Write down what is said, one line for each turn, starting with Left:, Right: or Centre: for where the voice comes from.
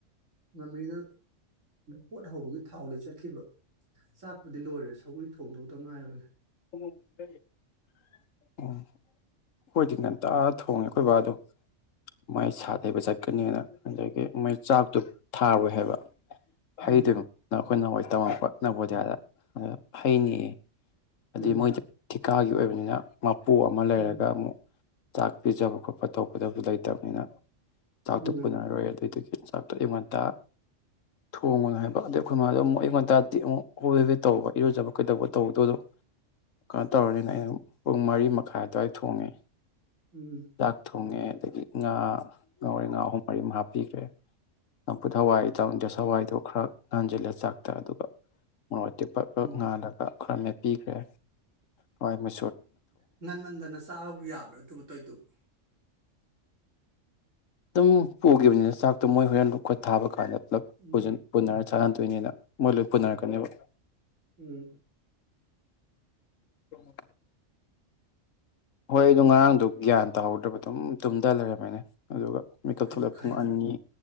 Right: ꯃꯃꯤꯗ ꯄꯣꯠ ꯍꯧꯕꯒꯤ ꯊꯥꯎ ꯂꯩ ꯆꯠ ꯆꯛꯈꯤꯕ ꯆꯥꯛꯄꯗꯤ ꯂꯣꯏꯔꯦ ꯁꯧꯒꯔꯤ ꯊꯣꯡꯗꯧꯗ ꯉꯥꯏꯔꯕꯅꯦ
Left: ꯎꯝ ꯑꯩꯣꯏꯗꯤ ꯉꯟꯇ ꯊꯣꯡꯉꯦ ꯑꯩꯈꯣꯏ ꯕꯥꯗꯣ ꯃꯥꯏ ꯁꯥꯊꯩꯕ ꯆꯠꯀꯅꯤꯅ ꯉꯗꯒꯤ ꯃ ꯆꯥꯛꯇꯨ ꯊꯥꯔꯏ ꯍꯥꯏꯕ ꯍꯩꯗꯨ
Right: ꯎꯝ
Left: ꯅꯈꯣꯏ ꯅꯋꯥꯏ ꯇꯝꯃꯛꯄ ꯅꯕꯣꯗꯤꯌꯥꯗ ꯍꯩꯅꯤ ꯑꯗꯨꯩ
Right: ꯎꯝ
Left: ꯃꯣꯏꯗꯤ ꯊꯤꯀꯥꯒꯤ ꯑꯣꯏꯕꯅꯤꯅ ꯃꯄꯨ ꯑꯃ ꯂꯩꯔꯒ
Right: ꯎꯝ
Left: ꯑꯃꯨꯛ ꯆꯥꯛ ꯄꯤꯖꯕ ꯈꯣꯠꯄ ꯇꯧꯒꯗꯕꯁꯨ ꯂꯩꯇꯕꯅꯤꯅ ꯇꯥꯛꯇꯣꯛꯄꯅꯔꯣꯏ
Right: ꯎꯝ
Left: ꯑꯗꯨꯏꯗꯒꯤ ꯆꯤꯟꯖꯥꯛꯇꯣ ꯑꯌꯨꯛ ꯉꯟꯇꯥ ꯊꯣꯡꯒꯅꯤ ꯍꯥꯏꯕ ꯑꯗꯩ ꯑꯩꯈꯣꯏ ꯏ ꯃꯥꯗꯣꯨꯛ ꯑꯌꯨ ꯉꯟꯇꯥꯗꯗꯤ ꯑꯃꯨꯛ ꯀꯔꯗꯤ ꯇꯧꯕ ꯌꯣꯖꯕ ꯀꯩꯗꯧꯕ ꯇꯧꯗꯣꯏꯗꯣ ꯀꯩꯅꯣ ꯇꯧꯔꯅꯤꯅ ꯑꯩꯅ ꯄꯨꯡ ꯃꯔꯤ ꯃꯈꯥꯏ ꯑꯗꯨꯋꯥꯏ ꯊꯣꯡꯉꯦ
Right: ꯎꯝ
Left: ꯗꯥꯛ ꯊꯉꯦ ꯑꯗꯒꯤ ꯉꯥ ꯉꯥꯔꯦ ꯉꯥ ꯑꯍꯨꯝ ꯃꯔꯤꯃ ꯍꯥꯞꯄꯤꯈ꯭ꯔꯦ ꯉꯝꯐꯨꯠ ꯍꯋꯥꯏ ꯇꯟꯗꯦ ꯍꯋꯥꯏꯗꯣ ꯈꯔ ꯉꯟꯖꯤꯜꯂꯦ ꯆꯥꯛꯇ ꯑꯗꯨꯒ ꯃꯇꯤ ꯄꯅꯥꯥꯜꯒ
Right: ꯎꯝ
Left: ꯔꯃꯦ ꯄꯤꯈ꯭ꯔꯦ ꯍꯣꯏ ꯃ
Right: ꯉꯟꯃꯟꯗꯅ ꯆꯥꯕꯕꯨ ꯌꯥꯕ꯭ꯔꯥ ꯑꯗꯨꯕꯨ ꯇꯧꯗꯨꯕꯨ
Left: ꯑꯗꯨꯝ ꯄꯨꯈꯤꯕꯅꯤꯅ ꯆꯥꯛꯇꯣ ꯃꯣꯏ ꯍꯣꯔꯦꯟ ꯈꯣꯠ ꯊꯥꯕ ꯀꯥꯟꯗ
Right: ꯎꯝ
Left: ꯄꯨ ꯄꯨꯟꯅ ꯆꯥꯍꯟꯗꯣꯏꯅꯦꯅ ꯃꯣꯏ ꯂꯣꯏ ꯄꯨꯅꯔꯛꯀꯅꯦꯕ
Right: ꯎꯝ
Left: ꯀꯃ ꯍꯣꯏ ꯑꯗꯨ ꯉꯔꯥꯡꯗ ꯒ꯭ꯌꯥꯟ ꯇꯥꯍꯧꯗ꯭ꯔꯕ ꯑꯗꯨꯝ ꯇꯨꯝꯊ ꯂꯩꯔꯝꯃꯦꯅꯦ ꯑꯗꯨꯒ ꯃꯤꯀꯞ
Right: ꯑꯩꯅ
Left: ꯊꯣꯛꯂꯛꯑꯦ
Right: ꯈ
Left: ꯄꯨꯡ ꯑꯅꯤ